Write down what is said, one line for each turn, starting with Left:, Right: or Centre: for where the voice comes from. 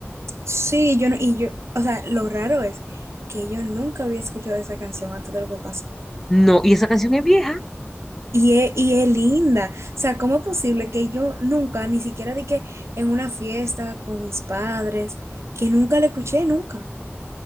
Right: sí, yo no, y yo, o sea, lo raro es que yo nunca había escuchado esa canción antes de lo que pasó.
Centre: No, y esa canción es vieja,
Right: Y es, y es linda. O sea, ¿cómo es posible que yo nunca, ni siquiera de que en una fiesta con mis padres, que nunca la escuché, nunca?